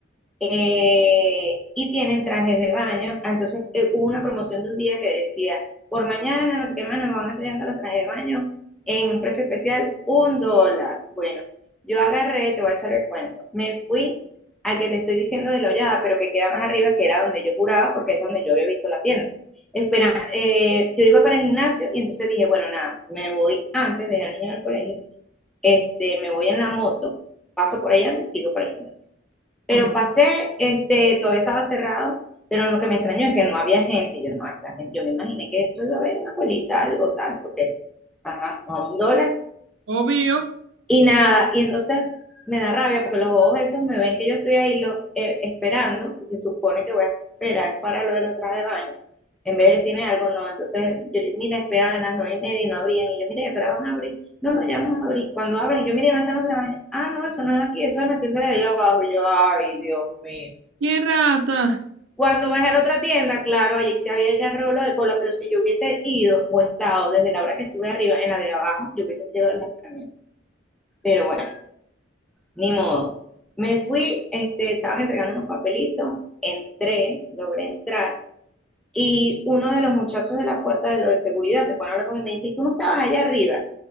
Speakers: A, in the centre; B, on the right.
A: eh, y tienen trajes de baño. Ah, Entonces eh, hubo una promoción de un día que decía, por mañana, no sé qué más, nos van a estar llegando los trajes de baño en un precio especial, un dólar. Bueno, yo agarré, te voy a echar el cuento, me fui al que te estoy diciendo de Lollada, pero que queda más arriba, que era donde yo juraba, porque es donde yo había visto la tienda. Espera, eh, yo iba para el gimnasio y entonces dije, bueno, nada, me voy antes, dejé al niño en el colegio, este, me voy en la moto, paso por ahí antes y sigo para el gimnasio. Pero
B: Ok.
A: pasé, este, todavía estaba cerrado, pero lo que me extrañó es que no había gente. Y yo, no, esta gente, yo me imaginé que esto iba a haber una colita, algo, ¿sabes? Porque, ajá, a un dólar.
B: Obvio.
A: Y nada, y entonces me da rabia porque los bobos esos me ven que yo estoy ahí lo, eh, esperando, que se supone que voy a esperar para lo de los trajes de baño. En vez de decirme algo, no. Entonces, yo mira, esperaban a las nueve y media y no abrían. Y yo, mira, esperaban van a abrir. No, no, ya vamos a abrir. Cuando abren, yo, mira, ¿dónde están los trabajos? Ah, no, eso no es aquí, eso es en la tienda de allá abajo. Y yo, ay, Dios mío.
B: ¡Qué rata!
A: Cuando bajé a la otra tienda, claro, allí se había agarrado lo de cola, pero si yo hubiese ido o estado desde la hora que estuve arriba en la de abajo, yo hubiese sido en la primera. Pero bueno, ni modo. Me fui, este, estaban entregando unos papelitos, entré, logré entrar, y uno de los muchachos de la puerta de lo de seguridad se pone a hablar conmigo y me dice, ¿tú no estabas allá arriba?